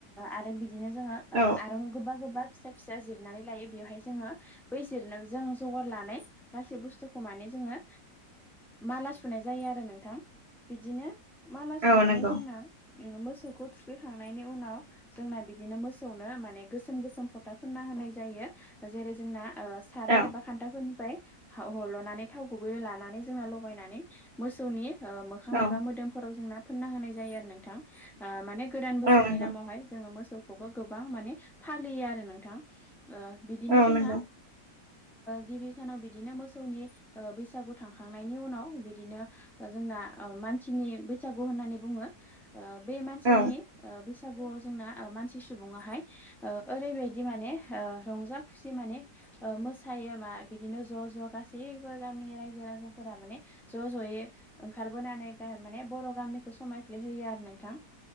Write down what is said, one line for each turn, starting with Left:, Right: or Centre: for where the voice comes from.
Centre: आरो बिदिनो जोङो
Right: औ
Centre: आरो गोबा गोबा फिसा फिसा जिरनानै लायो बेयावहाय जोङो बै जिरनो जों जगर लनानै गासै बुस्थुखौ माने जोङो माला सुनाय जायो आरो नोंथां बिदिनो माला सुनानै
Right: औ नंगौ
Centre: जोंना मोसौखौ थुखैखांनायनि उनाव जोंना बिदिनो मोसौनो माने गोसोम गोसोम फथाफोरना हो नाय जायो जेरै जोंना साराय
Right: औ
Centre: एबा खान्थाफोरनिफ्राय हल'नानै थाव गुबै लानानै जों लागयनानै मोसौनि मोखां
Right: औ
Centre: एबा मोदोमफोराव जोंना फोनना होनाय जायो आरो नोंथां माने गोदान बोसोरनि
Right: औ नंगौ
Centre: नामावहाय जोङो मोसौ खौबो गोबां माने फालियो आरो नोंथां बिदिनो
Right: औ
Centre: जोंना
Right: नंगौ
Centre: गिबि सानाव बिदिनो मोसौनि बैसागुथां खांनायनि उनाव बिदिनो जोंना मानसिनि बैसागु होननानै बुङो बे मानसिनि
Right: औ
Centre: बैसागुआव जोंना मानसि सुबुङाहाय ओरैबायदि माने रंजा खुसि माने मोसायो मा बिदिनो ज' ज' गासैबो गामिनि रायजो राजा फोरा माने ज' ज'यै ओंखार बोनानै माने बर' गामिखौ समायफ्लेहोयो आरो नोंथां